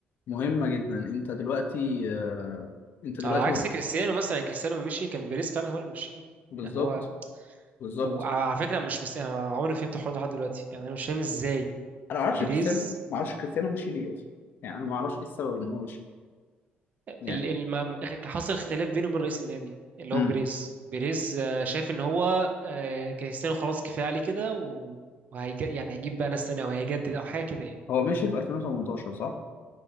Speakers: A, on the left (about 60°); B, on the right (about 45°).
A: مهمة جدا انت دلوقتي آه انت دلوقتي
B: على عكس
A: ما- بت-
B: كريستيانو مثلا يعني كريستيانو لما مشي كان بيريز فعلا هو اللي مشيه
A: بالظبط
B: يعني هو
A: بالظبط
B: وعلى فكره مش مس... يعني انا عمري ما فهمت الحوار ده لحد دلوقتي يعني انا مش فاهم ازاي
A: انا ما اعرفش
B: بيريز
A: كريستيانو ما اعرفش كريستيانو مشي ليه اصلا يعني انا ما اعرفش ايه السبب ان هو مشي
B: ال...
A: يعني
B: ال... ما... حصل اختلاف بينه وبين رئيس النادي اللي
A: امم
B: هو بيريز بيريز آه، شايف ان هو آه، كريستيانو خلاص كفايه عليه كده و- وهيج... يعني هيجيب بقى ناس تانية او هيجدد او حاجه كده يعني
A: هو مشي في 2018 صح؟